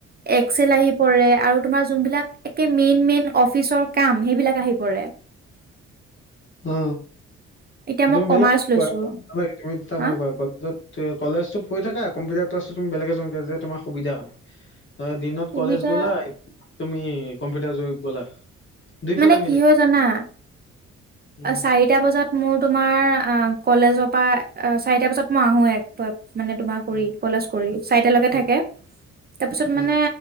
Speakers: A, on the right (about 25°); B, on the left (about 30°).
A: এক্সেল আহি পৰে আৰু এটা যি বিলাক মেইন মেইন অফিচৰ কাম সেইবিলাক আহি পৰে।
B: অ
A: এতিয়া মই
B: তুমি
A: কমাৰ্চ
B: বেলেগক
A: লৈছো
B: কৰুৱা নালাগে তুমি দুটা
A: হা
B: কাম কৰা কলেজত ত কলেজতো পঢি থাকা কম্পিউটাৰ ক্লাছতো তুমি বেলেগ এজনকে দিয়া তোমাৰ সুবিধা হয় হয় দিনত
A: সুবিধা
B: কলেজ গলা তুমি কম্পিউটাৰ জেগাত গ'লা দুইফালে
A: মানে
B: মিলি
A: কি হয় জানা
B: উম
A: চাৰিটা বজাত মোৰ তোমাৰ কলেজৰ পৰা চাৰিটা বজাত মই আহোঁ এক মানে তোমাৰ কৰি
B: উম
A: কলেজ কৰি চাৰিটালৈকে
B: উম
A: থাকে তাৰপিছত মানে
B: উম